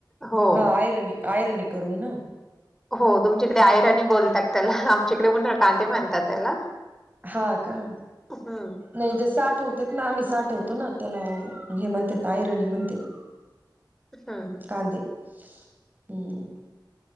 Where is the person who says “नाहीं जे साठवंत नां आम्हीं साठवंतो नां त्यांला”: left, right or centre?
Right